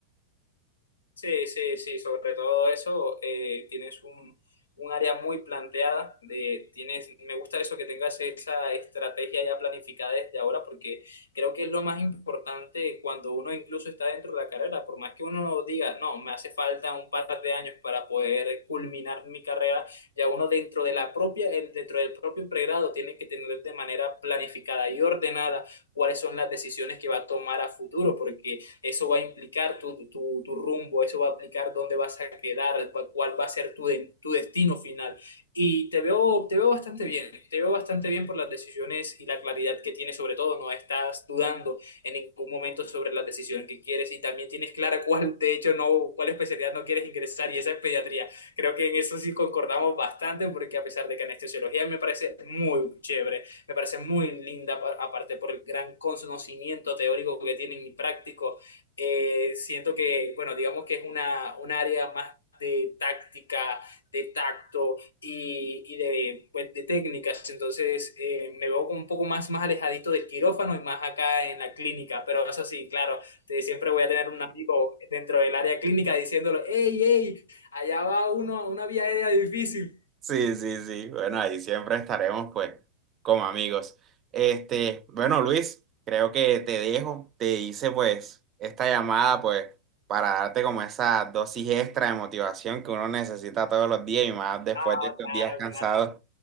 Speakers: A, on the left; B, on the right.
A: Sí, sí, sí, sobre todo eso, eh, tienes un, un área muy planteada, de, tienes, me gusta eso que tengas esa estrategia ya planificada desde ahora, porque creo que es lo más importante cuando uno incluso está dentro de la carrera, por más que uno diga, no, me hace falta un par de años para poder culminar mi carrera, ya uno dentro de la propia, el- dentro del propio pregrado tiene que tener de manera planificada y ordenada cuáles son las decisiones que va a tomar a futuro, porque eso va a implicar tu, tu, tu rumbo, eso va a implicar dónde vas a quedar, cuál va a ser tu, de, tu destino final. Y te veo, te veo bastante bien, te veo bastante bien por las decisiones y la claridad que tienes sobre todo, no estás dudando en ningún momento sobre la decisión que quieres y también tienes clara cuál, de hecho, no, cuál especialidad no quieres ingresar y esa es pediatría. Creo que en eso sí concordamos bastante porque a pesar de que anestesiología me parece muy chévere, me parece muy linda, aparte por el gran conocimiento teórico que tienen y práctico eh, siento que, bueno, digamos que es una, un área más de táctica, de tacto y, y de, pues, de técnicas. Entonces eh, me veo como un poco más, más alejadito del quirófano y más acá en la clínica. Pero eso sí, claro, te- siempre voy a tener un amigo dentro del área clínica diciéndolo, hey, hey, allá va uno a una vía aérea difícil.
B: Sí, sí, sí. Bueno, ahí siempre estaremos, pues, como amigos. Este, bueno, Luis, creo que te dejo. Te hice, pues, esta llamada, pues, para darte como esa dosis extra de motivación que uno necesita todos los días y más después
A: Ah,
B: de estos
A: claro,
B: días cansados.
A: claro.